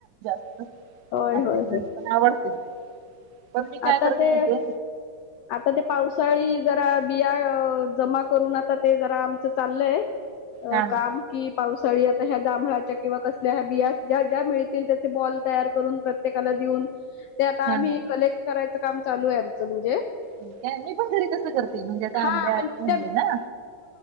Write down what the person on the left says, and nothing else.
होय होय
होय
आता
ते
आता ते पावसाळी जरा बिया जमा करून आता ते जरा आमच चाललंय
काम
कि पावसाळी आता ह्या जांभळाच्या किंवा कसल्या ह्या बिया ज्या ज्या मिळतील त्याचे बॉल तयार करून प्रत्येकाला ऊन ते आता
आम्ही कलेक्ट करायचं काम चालू आहे आमचं म्हणजे
हा
म्हणजे